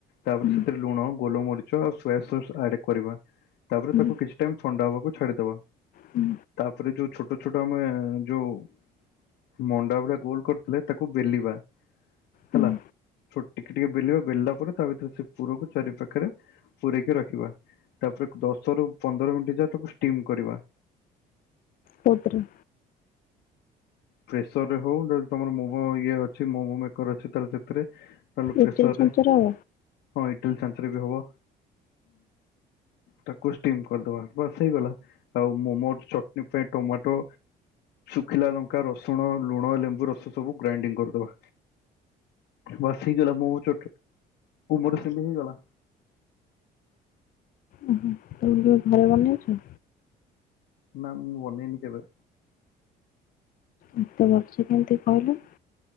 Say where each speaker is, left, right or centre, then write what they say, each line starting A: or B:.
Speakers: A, on the left; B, on the left.
A: ତାପରେ
B: ହୁଁ
A: ସେଥେରେ ଲୁଣ, ଗୋଲମରିଚ ଆଉ ସୋୟା ସସ୍ ଆଡ କରିବା ତାପରେ
B: ହୁଁ
A: ତାକୁ କିଛି ଟାଇମ୍ ଥଣ୍ଡା ହବାକୁ ଛାଡ଼ିଦବା।
B: ହୁଁ
A: ତାପରେ ଯୋଉ ଛୋଟ ଛୋଟ ଆମେ ଯୋଉ ମଣ୍ଡା ଭଳିଆ ଗୋଲ କରି ଥିଲେ ତାକୁ ବେଲିବା
B: ହୁଁ
A: ହେଲା। ଛୋ ଟିକ୍ ଟିକ୍ ବେଲିବା ବେଲିଲା ପରେ ତା ଭିତେରେ ସେ ପୁରକୁ ଚାରି ପାଖେରେ ପୂରେଇକି ରଖିବା। ତାପରେ ଦଶ ରୁ ପନ୍ଦର ମିଣ୍ଟି ଯାଏ ତାକୁ ଷ୍ଟିମ୍ କରିବା।
B: କୋଉଥେରେ?
A: ପ୍ରେସର୍ ରେ ହଉ ଯଦି ତମର ମୁହଁ ଇଏ ଅଛି ମୋମୋ ମେକର୍ ଅଛି ତାହେଲେ ସେଥେରେ। ତାହେଲେ
B: ଇଟିଲି
A: ପ୍ରେସରରେ
B: ଛାଞ୍ଚରେ ହବ?
A: ହଁ ଇଟିଲ୍ ଚାଞ୍ଚରେ ବି ହବ। ତାକୁ ଷ୍ଟିମ୍ କରିଦବା ବାସ୍ ହେଇଗଲା, ଆଉ ମୋମୋ ଚଟନୀ ପାଇଁ ଟମାଟୋ ଶୁଖିଲା ଲଙ୍କା, ରସୁଣ, ଲୁଣ, ଲେମ୍ବୁ ରସ ସବୁ ଗ୍ରାଇଣ୍ଡିଙ୍ଗ କରିଦବା। ବାସ୍ ହେଇଗଲା ମୋମୋ ଚଟ୍ ମୋମୋ <unintelligible> ହେଇଗଲା।
B: ଉଁ ହୁଁ। ତମେ କେବେ ଘରେ ବନେଇଛ?
A: ନା ମୁଁ ବନେଇନି କେବେ।
B: ଏତେ ଭଲ୍ ସେ କେମିତି କହିଲ?